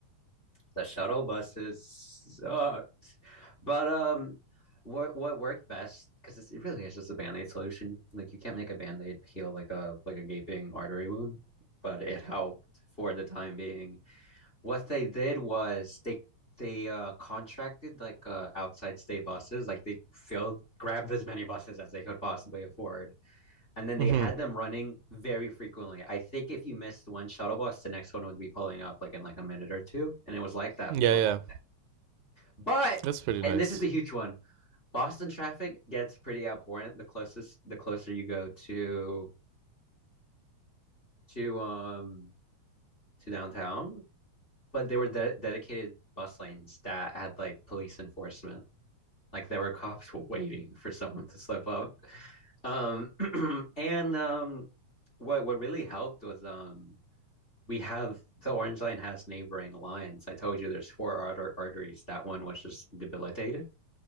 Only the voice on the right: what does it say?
Mhm.
Yeah,
yeah.
That's pretty
nice.